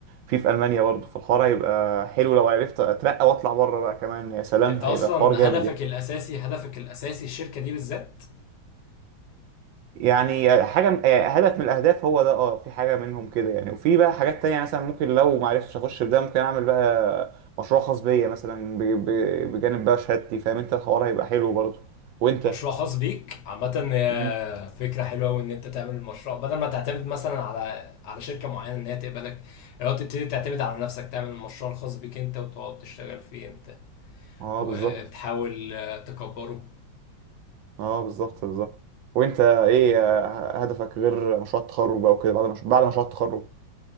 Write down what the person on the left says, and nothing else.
أنت أصلا
هدفك الأساسي هدفك الأساسي الشركة دي بالذات
مشروع خاص بيك عامة
فكرة حلوة وان انت تعمل المشروع بدل ما تعتمد مثلا على على شركة معينة ان هي تقبلك لو تبتدي تعتمد على نفسك تعمل المشروع الخاص بيك انت وتقعد تشتغل فيه انت
وتحاول
آه، تكبره